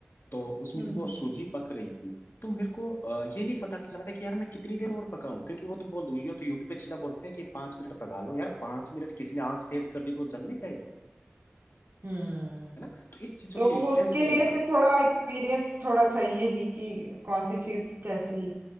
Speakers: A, on the left; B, on the right.
A: तो उसमें
B: हम्म
A: जब वो सूजी पक रही थी तो मेरे को अ, ये नहीं पता चल रहा था कि यार मैं कितनी देर और पकाऊं क्योंकि वो तो बोल दो ये तो यूट्यूब पे सीधा बोलते हैं कि पांच मिनट पका लो यार पांच मिनट किसी ने आंच तेज कर दी तो वो जल नहीं जाएगी
B: हम्म
A: है ना तो इस चीजों
B: तो
A: की
B: वो
A: रेफरेंस
B: उसके
A: नहीं
B: लिए
A: मिल पाती
B: फिर थोड़ा एक्सपीरियंस थोड़ा चाहिए ही कि कौन सी चीज कैसी